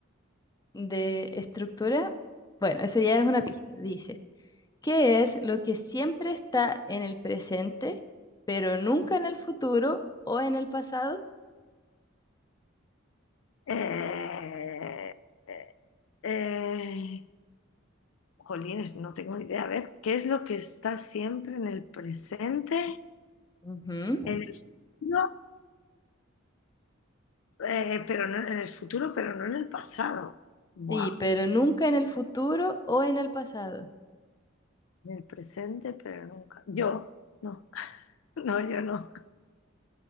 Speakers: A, on the left; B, on the left.
A: de estructura. Bueno, esa ya es una pista. Dice. ¿Qué es lo que siempre está en el presente, pero nunca en el futuro o en el pasado?
B: Eh, eh, eh, jolines, no tengo ni idea. A ver, ¿qué es lo que está siempre en el presente?
A: Ujú.
B: En el futuro, eh, pero no en el futuro, pero no en el pasado. Buah,
A: Sí, pero nunca en el futuro o en el pasado.
B: en el presente, pero nunca. Yo, no, <laughs> no, yo no.